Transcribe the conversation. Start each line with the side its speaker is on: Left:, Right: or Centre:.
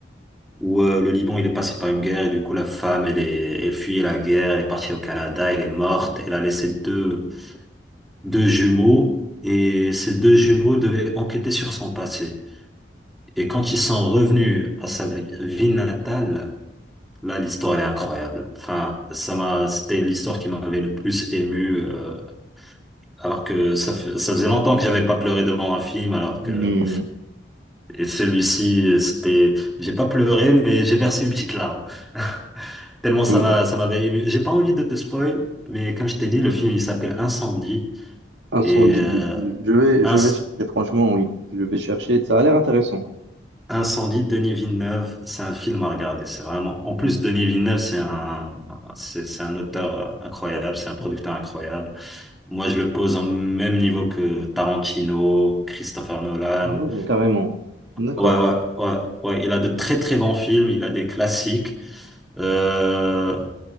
Centre: où euh, le Liban, il est passé par une guerre et du coup, la femme, elle est, elle fuyait la guerre, elle est partie au Canada, elle est morte, elle a laissé deux, deux jumeaux et ces deux jumeaux devaient enquêter sur son passé. Et quand ils sont revenus à sa vi- ville natale, là, l'histoire, elle est incroyable. Enfin, ça m'a, c'était l'histoire qui m'avait le plus ému, euh, alors que ça, fait- ça faisait longtemps que j'avais pas pleuré devant un film, alors
Right: Mm,
Centre: que, et celui-ci, c'était, j'ai pas pleuré, mais j'ai versé une petite larme. <laughs> Tellement ça
Right: Oui,
Centre: m'a, ça m'avait ému. J'ai pas envie de te spoil, mais comme je t'ai dit, le film, il s'appelle Incendie,
Right: Incendie,
Centre: et, euh,
Right: oui. Je vais,
Centre: Inc-
Right: je vais chercher, franchement, oui. Je vais chercher. Ça a l'air intéressant.
Centre: Incendie de Denis Villeneuve, c'est un film à regarder. C'est vraiment.
Right: Mhm.
Centre: En plus, Denis Villeneuve, c'est un, c'est, c'est un auteur euh, incroyable, c'est un producteur incroyable. Moi, je le pose au même niveau que Tarantino, Christopher Nolan.
Right: Ah oui, carrément. D'accord.
Centre: Ouais, ouais, ouais, ouais. Il a de très très bons films. Il a des classiques. Euh,